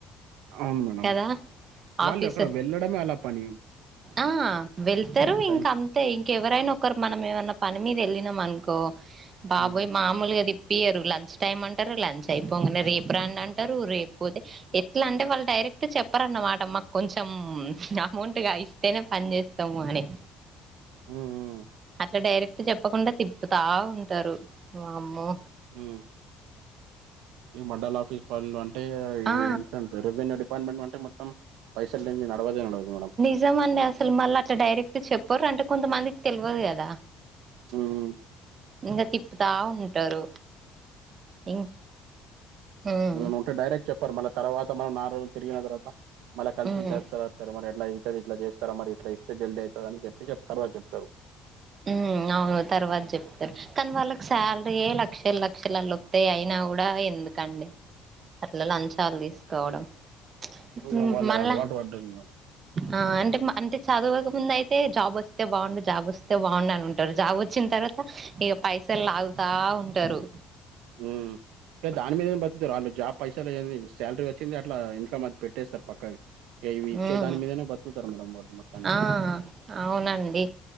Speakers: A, on the right; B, on the right.
A: అవును. మేడం
B: కదా
A: వాళ్ళు
B: ఆఫీస్
A: అక్కడ వెళ్ళడమే అల్ల పని
B: ఆ వెళ్తారు
A: టైం
B: ఇంకా అం తే ఇంకెవరైనా ఒకరు మనం ఏమన్నా పని మీద ఎళ్ళినం అనుకో బాబోయ్
A: మ్మ్
B: మా మామూలుగా దిప్పియారు లంచ్ టైమ్ అంటారు. లంచ్ అయిపోగానే రేపు రండి అంటారు. రేపుపోతే ఎట్లా అంటే వాళ్ళు డైరెక్ట్ చెప్పరన్నమాట మాకు కొంచెం అమౌంట్గా ఇస్తేనే పని చేస్తాము అని
A: ఉ ఊ
B: ఇలా డైరెక్ట్ చెప్పకుండా తిప్పుతా ఉంటారు వామ్మో
A: ఉ ఈ మండల ఆఫీస్ పనులు అంటే ఈ
B: ఆ!
A: ఇవి ఇట్లనే ఉంటయి రెవెన్యూ డిపార్ట్మెంట్ అంటే మొత్తం పైసలు లేంది నడవదం లేదు మేడం.
B: నిజమండి అసలు మళ్ళ అలా డైరెక్ట్ చెప్పరు అంటే కొంతమందికి తెల్వదు కదా
A: హ్
B: ఇంగా తిప్పతా ఉంటారు. ఇం హ్మ్.
A: ఏమైనా ఉంటే డైరెక్ట్ చెప్ పర్ మళ్ళ తర్వాత మనం నాల్ రోజులు తిగిన తర్వాత మళ్ళ కలిసి
B: హ్మ్.
A: క తర్వా సర మరి ఎట్లా ఇంతది ఇట్లా చేస్తార మరి ఇట్లా ఇస్తే జల్ అవుతు అని చెప్పి చెప్తారు అని చెప్తారు
B: ఉ అవును తర్వాత చెప్తారు కానీ వాళ్ళకి సాలరీయే లక్షలు లక్షలలోతాయి అయినా కూడా ఎందుకండి అట్లా లంచాలు తీసుకోవడం ఇప్ప
A: ఇంకా వాళ్ళకి
B: మళ్ళ
A: అలవాటు పడ్డాను
B: ఆ అంటే అంటే చదువక ముందు అయితే జాబ్ వస్తే బాగుండు జాబ్ వస్తే అయితే బాగుండు ఉంటారు జాబ్ వచ్చిన తర్వాత ఇక పైసలు లాగుతా ఉంటారు
A: ఉ దాని మీదనే బతుకుతారు వాళ్ళు జాబ్ పైసలు ఏ శాలరీ వచ్చింది అట్లా ఇన్కమ్ అది పెట్టేస్తారు పక్కకి ఇవి ఇచ్చే
B: ఉమ్
A: దాని మీదనే బతుకుతారు మేడం వా మొత్తానికి
B: ఆ అవునండి